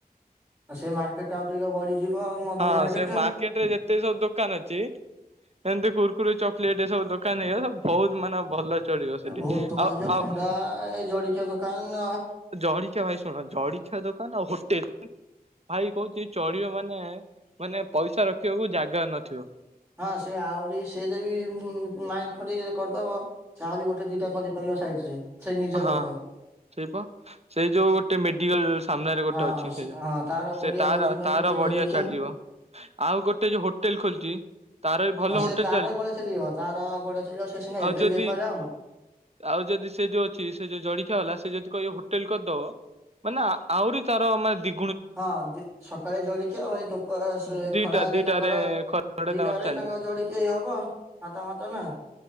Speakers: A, on the right; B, on the right.
A: ଆଉ ସେ ମାର୍କେଟ ଟା ଆଉ ଟିକେ ବଢିଯିବ ମଧୁବନୀ
B: ହଁ ସେ
A: ଟା।
B: ମାର୍କେଟ ରେ ଯେତେ ସବୁ ଦୋକାନ ଅଛି, ଏମତି କୁୁରକୁରି ଚକଲେଟ ଏ ସବୁ ଦୋକାନ ଦୋକାନ ହେଇଗଲା, ବହୁତ ମାନେ ଭଲ ଚଳିବ ସେଠି,
A: ଏ ବହୁତ ଦୋକାନ
B: ଆଉ
A: ଯିବ
B: ଆଉ
A: ଥଣ୍ଡା ଏଇ ଜଳଖିଆ ଦୋକାନ
B: ଜରି ଟିକେ ଭାଇ ଶୁଣ ଜଳିଖିଆ ଦୋକାନ ଆଉ ହୋଟେଲ, ଭାଇ କହୁଛି ଚଡିିବ ମାନେ ମାନେ ପଇସା ରଖିବାକୁ ଜାଗା ନଥିବ।
A: ହଁ ସେ ଆହୁରି ସେ ଯ ମାଇଣ୍ଡ ଖଣ୍ଡ କରିଦବ, ସେ ଆହୁରି ଗୋଟେ ଦିଟା କରିପାରିବ। ସାଇଟ୍ ରେ ସେ ନିଜ
B: ହଁ।
A: ଲୋକ
B: ସେଇପା, ସେଇ ଯୋଉ ଗୋଟେ ମେଡିକାଲ ସାମ୍ନରେ ଗୋଟେ
A: ହଁ
B: ଅଛି,
A: ହଁ
B: ସେ ଯୋଉ
A: ହଁ ତାର ବଢିଆ
B: ସେ ତାର,
A: ହଉଛି ବା
B: ତାର
A: ସେଠି
B: ବଢିଆ
A: ଜଳଖିଆ।
B: ଚାଲିବ ଆଉ ଗୋଟେ ଯୋଉ ହୋଟେଲ ଖୋଲିଛି। ତାର ବି ଭଲ
A: ହଁ ସେ
B: ହୋଟେଲ
A: ତାର ଏ ବଳିଆ ଚାଲିବ, ତାର ବଳିଆ ଚାଲିବ, ସେ ସିନା
B: ଆଉ
A: ଏବେ
B: ଯଦି
A: ବେପାର ଡାଉନ୍।
B: ଆଉ ଯଦି ସେ ଯୋଉ ଅଛି ସେ ଯୋଉ ଜଲିଖିଆବାଲା, ସେ ଯଦି କହ ହୋଟେଲ କରିଦବ, ମାନେ ଆହୁରି ତାର ମାନେ ଦି
A: ହଁ ସକାଳେ ଜଳିକିଆ ଆଉ ଭାଇ ଧପ ସେ
B: ଦିଟା
A: ଖରାରେ
B: ଦିଟାରେ
A: ତାଙ୍କର
B: ଖରାଟା
A: ଦିଟା
B: ତାଙ୍କର
A: ବେଳେ
B: ଚାଲିବ।
A: ତାଙ୍କ ଜଡିକି ହବ ହତା ମାତ ନ